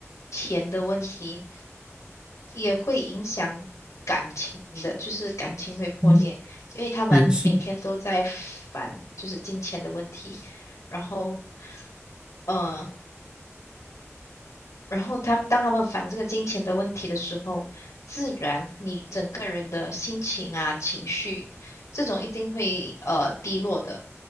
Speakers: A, on the left; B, on the right.
A: 钱的问题，也会影响感情的，就是感情会破裂，
B: 嗯，
A: 因为他们每天都在烦，
B: 是是，
A: 就是金钱的问题，然后。嗯，然后他们当他们烦这个金钱的问题的时候，自然你整个人的心情啊、情绪，这种一定会呃低落的。